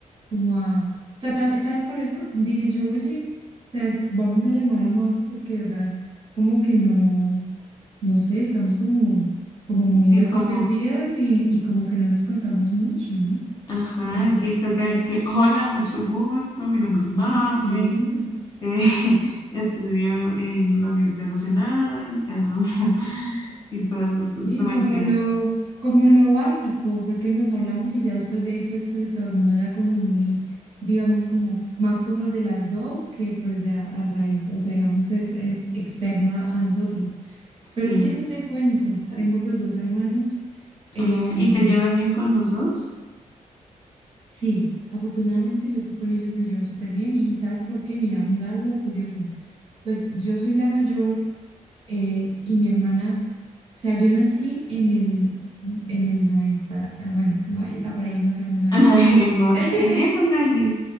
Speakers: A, on the right; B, on the left.
A: como a, o sea, tam- ¿sabes por eso? Dije yo, oye, o sea, vamos a llamar a Mafe porque, de verdad, como que no, no sé, estamos como, como muy
B: sí,
A: así
B: como,
A: perdidas y, y como que no nos contamos mucho, ¿no?
B: ajá,
A: Entonces,
B: sí, toca, es que, hola, mucho gusto, mi nombre es Mafe,
A: <laughs> sí.
B: eh, <laughs> estudio en la Universidad Nacional, ah, <laughs> y todas esas cosas,
A: Y
B: no mentiras,
A: como lo, como lo básico fue que nos hablamos y ya después de ahí pues se tornó ya como muy, digamos, como más cosas de las dos que pues de a, a raíz, o sea, digamos, ex- eh, externo a, a nosotros.
B: sí.
A: Pero sí, eso te cuento. Tengo pues dos hermanos. Em,
B: Ah, ¿y te llevas bien con los dos?
A: sí, afortunadamente yo sí con ellos me llevo súper bien y ¿sabes por qué? Mira, mira lo curioso. Pues yo soy la mayor eh, y mi hermana, o sea, yo nací en el, en el 90 ah, bueno, 90 por ahí en los años
B: <laughs>
A: noventa
B: En los,
A: <laughs>
B: en esos años,